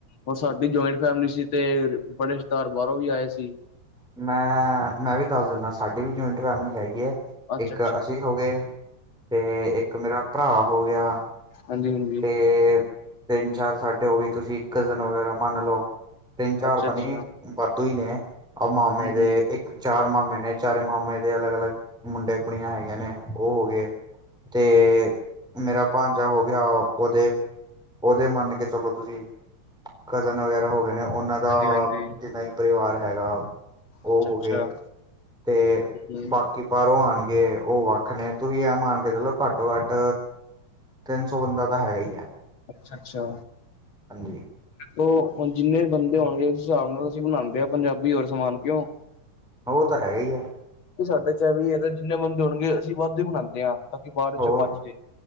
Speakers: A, on the left (about 45°); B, in the centre.
A: ਹੋਰ ਸਾਡੀ ਜੁਆਇੰਟ ਫੈਮਿਲੀ ਸੀ ਤੇ, ਬੜੇ ਰਿਸ਼ਤੇਦਾਰ ਬਾਹਰੋਂ ਵੀ ਆਏ ਸੀ।
B: ਮੈਂ-ਮੈਂ ਵੀ, ਦੱਸ ਦਿੰਦਾ, ਸਾਡੀ ਵੀ ਜਆਇੰਟ ਫੈਮਿਲੀ ਹੈਗੀ ਏ।
A: ਅੱਛਾ
B: ਇੱਕ
A: ਅੱਛਾ
B: ਅਸੀਂ ਹੋ ਗਏ, ਤੇ ਇੱਕ ਮੇਰਾ ਭਰਾ ਹੋ ਗਿਆ।
A: ਹਾਂਜੀ-ਹਾਂਜੀ।
B: ਏ। ਤਿੰਨ ਚਾਰ ਸਾਡੇ ਹੋ ਵੀ ਤੁਸੀਂ, ਇੱਕ ਕਜ਼ਨ ਵਗੈਰਾ ਮੰਨ ਲਓ। ਤਿੰਨ ਚਾਰ
A: ਅੱਛਾ
B: ਤਾਂ
A: ਅੱਛਾ
B: ਨਹੀਂ ਵਾਧੂ ਹੀ ਨੇ, ਮਾਮੇ
A: ਹਮ
B: ਦੇ ਇੱਕ ਚਾਰ ਮਾਮੇ ਨੇ, ਚਾਰੇ ਮਾਮੇ ਦੇ ਅਲੱਗ-ਅਲੱਗ ਮੁੰਡੇ ਕੁੜੀਆਂ ਹੈਗੇ ਨੇ, ਉਹ ਹੋ ਗਏ ਤੇ, ਮੇਰਾ ਭਾਂਜਾ ਹੋ ਗਿਆ ਉਹਦੇ-ਉਹਦੇ, ਮੰਨ ਕੇ ਚਲੋ ਤੁਸੀਂ, ਕਜ਼ਨ ਵਗੈਰਾ ਹੋ ਉਹਨਾਂ ਦਾ,
A: ਹਾਂਜੀ ਹਾਂਜੀ
B: ਜਿੰਨਾ ਵੀ ਪਰਿਵਾਰ ਹੈਗਾ, ਉਹ
A: ਅੱਛਾ
B: ਹੋ
A: ਅੱਛਾ
B: ਗਏ। ਤੇ,
A: ਹਮ
B: ਬਾਕੀ। ਕਿ ਬਾਹਰੋਂ ਆਉਣਗੇ, ਉਹ ਵੱਖ ਨੇ, ਤੁਸੀਂ ਮਨ ਕੇ ਚਲੋ ਘੱਟੋ ਘੱਟ ਤਿੰਨ ਸੌ, ਬੰਦਾ ਤਾਂ ਹੈਗਾ ਹੀ ਹੈ।
A: ਅੱਛਾ-ਅੱਛਾ।
B: ਹਾਂਜੀ।
A: ਔ ਹੁਣ, ਜਿੰਨੇ ਬੰਦੇ ਹੋਣਗੇ, ਉਸ ਹਿਸਾਬ ਨਾਲ ਅਸੀਂ ਬਣਾਉਂਦੇ ਆ, ਪੰਜਾਬੀ ਹੋਰ ਸਮਾਨ ਕਿਉਂ
B: ਉਹ, ਤਾਂ ਹੈਗਾ ਹੀ ਆ।
A: ਸਾਡੇ ਚ, ਇਹ ਵੀ ਇਹ ਜਿੰਨੇ ਬੰਦੇ ਹੋਣਗੇ, ਅਸੀਂ ਵੱਧ ਹੀ ਬਣਾਉਂਦੇ ਹਾਂ, ਤਾਂ ਕਿ ਬਾਹਦ
B: ਹੋਰ
A: ਚੋਂ ਬਚ ਜਾਏ